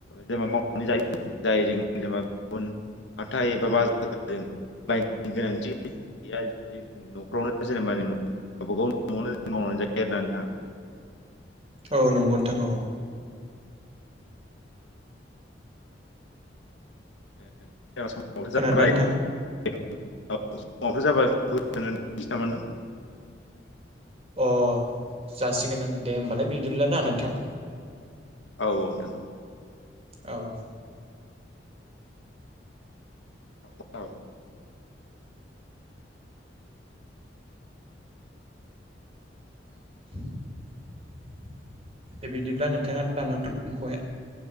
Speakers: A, on the left; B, on the right.
A: जेनबा मावनानै जायो जाय जों जेनबा गुबुन हाथाय एबा बाजारजों बायनो गोनांथि गैया जों न'फ्रावनो जेनेबा जों गावबा गाव न'आवनो मावनो जायो आरोना नोंथां
B: औ नंगौ नोंथां औ
A: <unintelligible>
B: खोनादोंना
A: जाबाय
B: नोंथां
A: <unintelligible> जाबायोनदों
B: अ जासिगोन ओं दे होमबालाय बिदिब्लाना नोंथां
A: औ-औ नोंथां औ
B: औ-औ
A: औ
B: <inaudible> बे बिदिब्ला नोंथाङा दा <unintelligible>